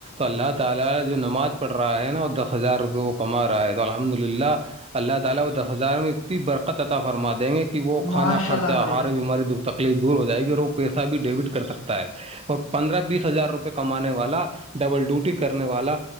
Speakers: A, on the right; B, on the left.
A: اللہ تالا جو نماز پڑھ رہا ہے نا ہزار روپے وہ کما رہا ہے الحمداللہ اللہ تعالی وہ دس ہزار میں اتنی برکت عطا فرما دیں گے کہ وہ
B: ماشاء
A: کانا خرچ
B: اللہ بھائی جان
A: بیاری تکلیف دور ہو جائے گی اور وہ پیسہ بھی ڈیبٹ کر سکتا ہے اور پندرہ بیس ہزار روپئے کمانے والا ڈبل ڈیوٹی کرنے والا